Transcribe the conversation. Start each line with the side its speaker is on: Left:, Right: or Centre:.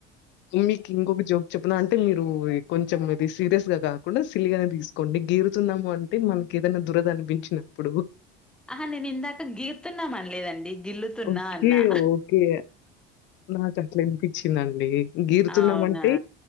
Left: మీకి ఇంకొక జోక్ చెప్పిన అంటే మీరు కొంచెం ఇది సీరియస్ గా కాకుండా సిల్లిగానే తీస్ కొండి గీరుతున్నాము అంటే మనకి ఏదనా దురద అనిపించినప్పుడు
Centre: ఆహా నేను ఇందాక గీర్తున్నాం అనలేదండి గిల్లుతున్నా
Left: ఓకే
Centre: అన్నా
Left: ఓకే నాకట్లా వినిపించిందండి గీరుతున్నామంటే
Centre: అవునా